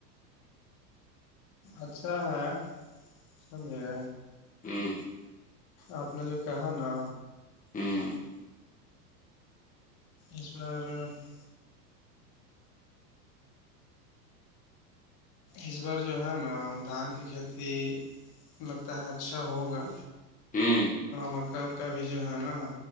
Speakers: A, on the left; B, on the left.
A: اچھا ہے سمجھے
B: <unintelligible>
A: آپ نے جو کہا نا
B: <unintelligible>
A: اس پر <unintelligible> اس بار جو ہے نا دھان کی کھیتی لگتا ہے اچھا ہوگا
B: ہ ہ
A: مکا کا بھی جو ہے نا